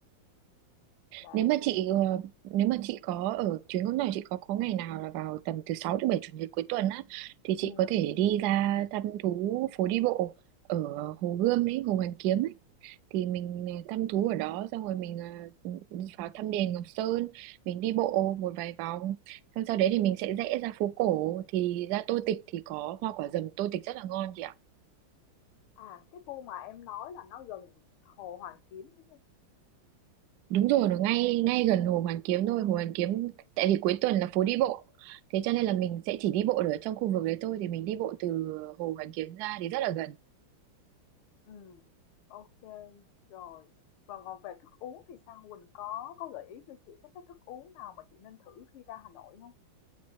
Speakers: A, on the left; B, on the right.
A: đấy
B: nếu mà chị ờ, nếu mà chị có ở chuyến công tác của chị có có ngày nào là vào tầm từ 6 đến 7 chủ nhật cuối tuần á thì
A: Ừ.
B: chị có thể đi ra thăm thú phố đi bộ ở Hồ Gươm ấy Hồ Hoàn Kiếm ấy thì mình ờ, thăm thú ở đó xong rồi mình ờ, vào thăm đền Ngọc Sơn mình đi bộ một vài vòng xong sau đấy thì mình sẽ rẽ ra phố cổ thì ra Tô Tịch thì có hoa quả dầm Tô Tịch rất là ngon chị ạ
A: à cái khu mà em nói là nó gần Hồ Hoàn Kiếm đúng không?
B: Đúng rồi, nó ngay ngay gần Hồ Hoàn Kiếm thôi. Hồ Hoàn Kiếm tại vì cuối tuần là phố đi bộ. Thế cho nên là mình sẽ chỉ đi bộ được ở trong khu vực đấy thôi thì mình đi bộ từ
A: Ừ.
B: Hồ Hoàn Kiếm ra thì rất là gần.
A: Ừ, ok, rồi. Và còn về thức uống thì sao? Quỳnh có có gợi ý cho chị các cái thức uống nào mà chị nên thử khi ra Hà Nội không?